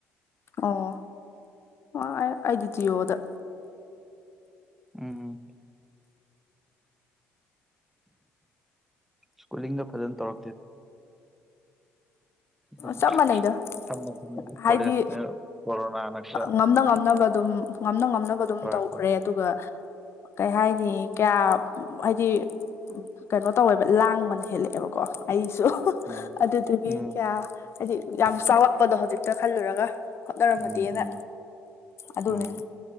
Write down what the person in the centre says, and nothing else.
ꯎꯝ ꯁ꯭ꯀꯨꯂꯤꯡꯒ ꯐꯖꯅ ꯇꯧꯔꯛꯇꯦ ꯑꯗꯨꯝ
ꯁꯝꯅ ꯁꯝꯅ ꯑꯗꯨꯝ
ꯀꯣꯂꯦꯖꯅꯦ ꯀꯣꯔꯣꯅꯥꯅ ꯈꯔ
ꯇꯧꯔꯛꯄ
ꯎꯝ
ꯎꯝ
ꯎꯝ ꯎꯝ
ꯎꯝ